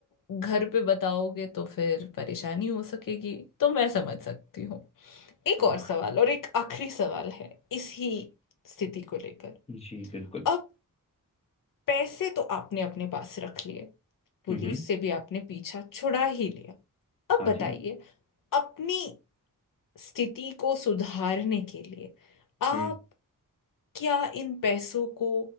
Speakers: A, on the left; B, on the left.
A: घर पे बताओगे तो फिर परेशानी हो सकेगी तो मैं समझ सकती हूँ एक
B: हाँ
A: और सवाल और एक आखिरी सवाल है इसी स्थिति को लेकर
B: जी बिल्कुल
A: अब पैसे तो आपने अपने पास रख लिए पुलिस
B: हम्म हम्म।
A: से भी आपने पीछा छुड़ा ही लिया अब
B: हाँ
A: बताइए
B: जी
A: अपनी स्थिति को सुधारने के लिए आप
B: हम्म
A: क्या इन पैसों को